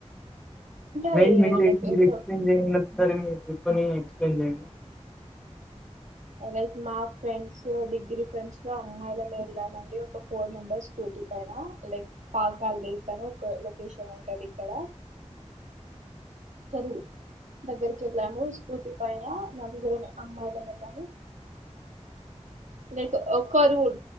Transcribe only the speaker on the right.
అది
లైక్
ఎటో
లైక్ మా ఫ్రెండ్స్ డిగ్రీ ఫ్రెండ్స్ లో అమ్మాయిల మే వెళ్ళామండి ఒక ఫోర్ మెంబెర్స్ స్కూటీ పైన లైక్ పాకాల లేక్ అని ఒక లొకేషన్ ఉంటది ఇక్కడ తరు దగ్గరికి వెళ్ళాము స్కూటీ పైన నా దగ్గర అమ్మాయిలము వెళ్ళాము లైక్ ఒకరు